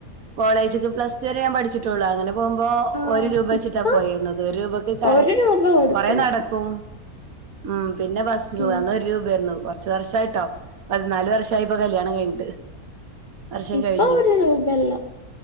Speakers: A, on the right; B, on the left.
A: കോളേജ്ക്ക് പ്ലസ് ടു വരെ ഞാൻ പഠിച്ചിട്ടുള്ളു അങ്ങനെ പോകുമ്പോ
B: ആ
A: ഒരു രൂപ വെച്ചിട്ടാ
B: ഇപ്പൊ
A: പോയിരുന്നത് ഒരു രൂപക്ക് കര
B: ഒരു രൂപ കൊടുക്കൂല
A: കൊറെേ നടക്കും ഉം പിന്നെ ബസ്സില് പോവാ
B: ഉം
A: അന്ന് ഒരു രൂപ കുറച്ച് വർഷമായിട്ടോ പതിനാല് വർഷയിട്ടൊ കല്യാണം കഴിഞ്ഞട്ട് വർഷം
B: ഇപ്പൊ
A: കഴിഞ്ഞു
B: ഒരു രൂപല്ല